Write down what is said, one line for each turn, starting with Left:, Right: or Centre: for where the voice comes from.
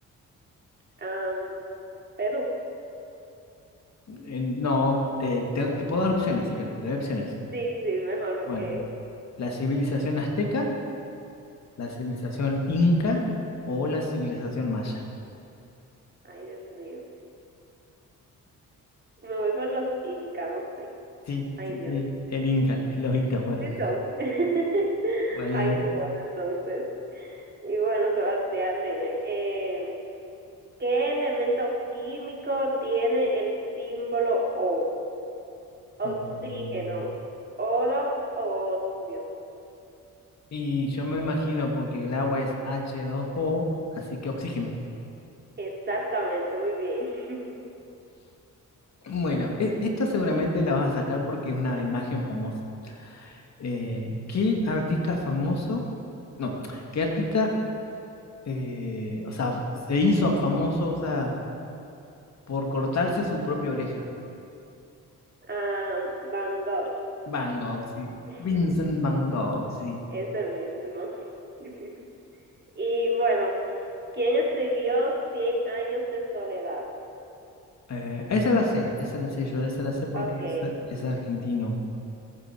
Right: Am, Perú.
Left: Eh, no, te, te- te puedo dar opciones si quieres, te doy opciones.
Right: Sí, sí, mejor porque...
Left: Bueno, la civilización azteca, la civilización inca o la civilización maya.
Right: Ay, Dios mío. Me voy por los Incas, no sé.
Left: Sí,
Right: Ay,
Left: sí,
Right: Dios.
Left: sí, el inca, los incas fueron.
Right: Sí son. <laughs>
Left: Muy
Right: Ay,
Left: bien.
Right: qué bueno, entonces. Y bueno, Sebastián, dime, eh, ¿qué elemento químico tiene el símbolo O?
Left: O-
Right: Oxígeno, oro o osmio.
Left: y yo me imagino porque el agua es H2O, así que oxígeno.
Right: Exactamente, muy bien. <laughs>
Left: Bueno, e- esta seguramente la vas a sacar porque es una imagen famosa. eh, ¿qué artista famoso? No, ¿qué artista, eh, o sea, se hizo famoso, o sea, por cortarse su propia oreja?
Right: Ah, Van Gogh,
Left: Van Gogh, sí.
Right: <laughs>
Left: Vincent Van Gogh, sí.
Right: ese mismo. <laughs> Y bueno, ¿quién escribió Cien años de soledad?
Left: Eh, esa la sé, esa la sé yo, esa la sé porque
Right: Ok,
Left: es, es argentino.